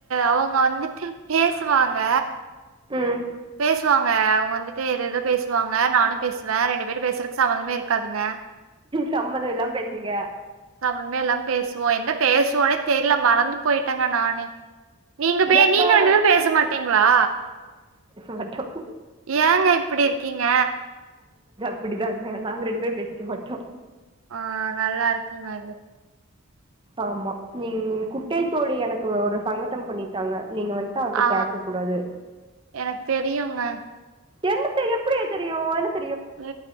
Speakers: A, on the right; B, on the right.
A: அவங்க வந்துட்டு பேசுவாங்க
B: ம்
A: பேசுவாங்க அஹா அவுங்க வந்துட்டு எதோ எதோ பேசுவாங்க நானு பேசுவே ரெண்டு பேரும் பேசுறதுக்கு சமந்தமே இருக்காதுங்க
B: சம்மதம் இல்லாம பேசுவீங்க
A: சமந்தமே எல்லாம் பேசுவோ என்ன பேசுவோனே தெரியில மறந்து போயிட்டாங்க நா னே நீங்க பே
B: எப்ப
A: நீங்க ரெண்டு பேர் பேச மாட்டீங்கிளா
B: மாட்டோம்
A: ஏங்க இப்பிடி இருக்கீங்க
B: அப்பிடிதாங்க நாங்க ரெண்டு பேர் பேசிக்க மாட்டோம்
A: ஆஹா நல்லா இருக்குங்க இது
B: ஆமா நீ குட்டை தோழி எனக் கோரு சங்கட்டம் பண்ணிட்டாங்க நீங்க வந்துட்டு அவட்ட
A: ஆ
B: கேக்க கூடாது
A: எனக்கு தெரியுங்க
B: என்னத்த எப்பிடியே தெரியு எனுத்
A: நீ